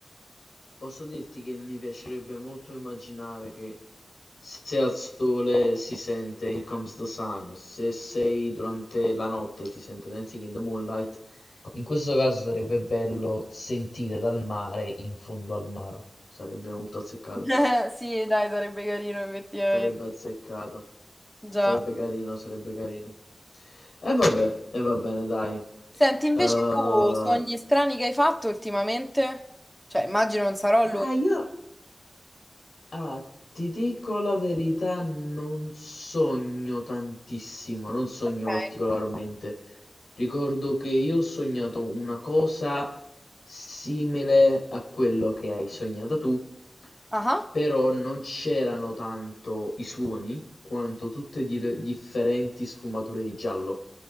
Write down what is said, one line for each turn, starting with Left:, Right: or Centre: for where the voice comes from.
Left: Posso dirti che mi piacerebbe molto immaginare che se al sole si sente Here Comes the Sun, se sei durante la notte si sente Dancing in the Moonlight. In questo caso sarebbe bello sentire dal mare in fondo al mare. Sarebbe molto azzeccato.
Centre: <laughs> Sì, dai, sarebbe carino effettivamente.
Left: Sarebbe azzeccato.
Centre: Già.
Left: Sarebbe carino, sarebbe carino. E vabbè, e va bene, dai.
Centre: Senti, invece
Left: Eh,
Centre: tu, sogni strani che hai fatto ultimamente? Cioè, immagino non sarò l'unico,
Left: Ma io, allora, ti dico la verità, non sogno tantissimo, non sogno
Centre: ok?
Left: particolarmente. Ricordo che io ho sognato una cosa simile a quello che hai sognato tu,
Centre: Ah, ah,
Left: però non c'erano tanto i suoni quanto tutte dire- differenti sfumature di giallo.